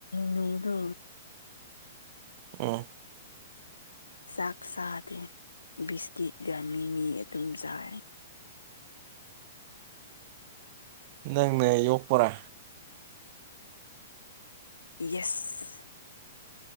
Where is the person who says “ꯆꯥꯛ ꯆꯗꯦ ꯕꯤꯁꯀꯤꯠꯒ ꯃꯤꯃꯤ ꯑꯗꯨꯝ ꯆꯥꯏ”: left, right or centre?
Left